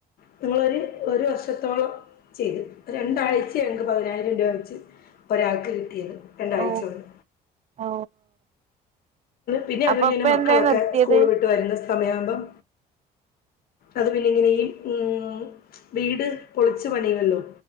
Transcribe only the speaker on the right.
ഓ
ഓ
അപ്പൊ ഇപ്പ
എന്താ നിർത്തിയത്